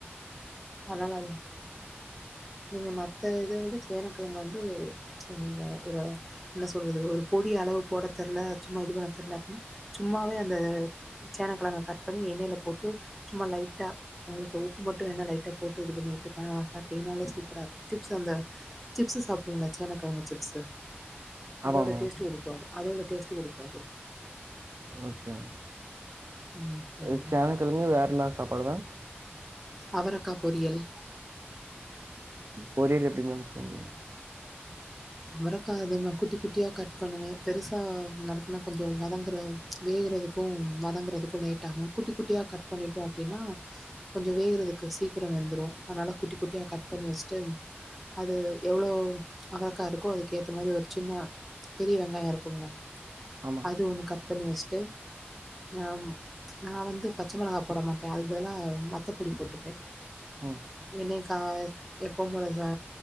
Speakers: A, in the centre; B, on the right.
A: <unintelligible> நீங்க மத்த இத விட சேனக்கழங்க வந்து ஒரு ம ஒரு என்ன சொல்றது ஒரு பொடி அளவு போட தெர்ல சும்மா இது பண்ண தெர்ல அப்புட்ன்னா சும்மாவே அந்த சேனக்கழங்க கட் பண்ணி எண்ணெய் ல போட்டு சும்மா லைட்டா உங்களுக்கு உப்பு மட்டும் வேண் னா லைட் ட்ட போட்டு இது பண்ணி உட்டுப்பே அ சப்ட்டீங்னாலே சூப்பரா இருக்கோ சிப்ஸ் அந்த சிப்ஸு சாப்ட்வோ ல்ல சேனக்கழங்கு சிப்ஸு
B: ஆமா
A: அதோட
B: மேம்
A: டேஸ்ட்டு குடுக்கோ அது அதோட டேஸ்ட்டு குடுக்ககோ அது
B: ஓகே மேம்
A: ம் ஓகேங்க
B: இது சேனக்கழுங்கு வேற என்ன சாப்பாடு மேம்
A: அவரக்கா பொரியல்
B: ம் பொரியல் எப்டி மேம் சொஞ்சிங் <inaudible>
A: மரக்கா அதிம குட்டி குட்டியா கட் பண்ணுவே பெருசா நருக்குனா கொஞ்சோ வதங்குற வேகறதுக்கு வதங்குறதுக்கு லேட் ஆகு குட்டி குட்டியா கட் பண்ணிட்டோ அப்டின்னா கொஞ்சோ வேகறதுக்கு சீக்கிரோ வெந்துரு அதனால குட்டி குட்டியா கட் பண்ணி வச்ட்டு அது எவ்ளோ அவரக்கா இருக்கோ அதுக்கேத்த மாரி ஒரு சின்ன பெரிய வெங்காயோ இருக்குலா
B: ஆமா
A: அது ஒண்ணு கட் பண்ணி வச்ட்டு ஆம் நா வந்து பச்சை மொளகா போட மாட்டே அதுக்கு பதுலா வத்தப்பொடி போட்டுப்ப
B: ஓ
A: என்னைக்கா எப்பம் போல தா